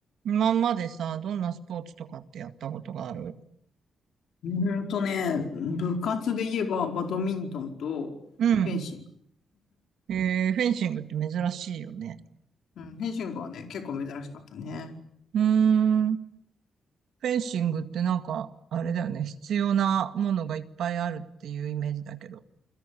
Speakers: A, on the right; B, on the left.
A: 今までさ、どんなスポーツとかってやったことがある
B: うーんとね、部活で言えばバドミントンとフェンシング。
A: うん。えー、フェンシングって珍しいよね。
B: うん、フェンシングはね、結構珍しかったね。
A: うーん。フェンシングってなんか、あれだよね。必要なものがいっぱいあるっていうイメージだけど。